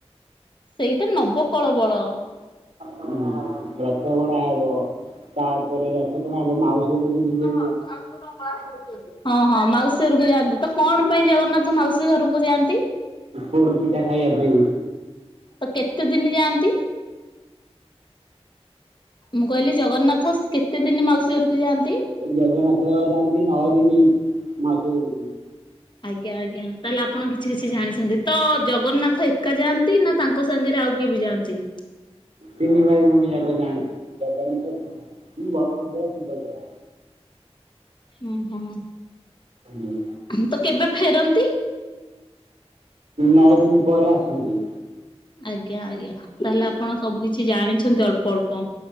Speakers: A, on the left (about 45°); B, on the right (about 80°).
A: ସେଇଟା ନବକଳବଳ।
B: ହ ରସ ଗଡା ହବ ତାପରେ ରଥ ତଣା ହବ ମାଉସୀ ଘରକୁ ଯିବେ।
A: ଆ କକୁ ନକରା ହେ। ହଁ ହଁ ମାଉସୀ ଘରକୁ ଯାଆନ୍ତି ତ କଣ ପାଇଁ ଜଗନ୍ନାଥ ମାଉସୀ ଘରକୁ ଯାଆନ୍ତି।
B: ପୋଡ ପିଠା ଖାଇବା ପାଇଁ
A: ତ କେତେ ଦିନ ଯାଆନ୍ତି? ମୁଁ କହିଲି ଜଗନ୍ନାଥ କେତେ ଦିନ ମାଉସୀ ଘରକୁ ଯାଆନ୍ତି।
B: ଜଗନ୍ନାଥ ଯାଆନ୍ତି ନଅ ଦିନି ମାସରେକୁ।
A: ଆଜ୍ଞା ଆଜ୍ଞା ତାହେଲେ ଆପଣ କିଛି କିଛି ଜାଣିଛନ୍ତି? ତ ଜଗନ୍ନାଥ ଏକା ଯାଆନ୍ତି ନା ତାଙ୍କ ସାଙ୍ଗରେ ଆଉ କିଏ ବି ଯାଆନ୍ତି।
B: ତିନି ଭାଇ ଭଉଣୀ ଯାକ ଜାଣନ୍ତି ଜଗନ୍ନାଥ ବଳଭଦ୍ର ସୁଭଦ୍ରା
A: ଉଁ ହୁଁ
B: ମ
A: ତ କେବେ ଫେରନ୍ତି?
B: ନଅ ଦିନ ପରେ ଆସନ୍ତି।
A: ଆଜ୍ଞା ଆଜ୍ଞା ତାହେଲେ ଆପଣ ସବୁ କିଛି ଜାଣିଛନ୍ତି ଅଳ୍ପ ଅଳ୍ପ।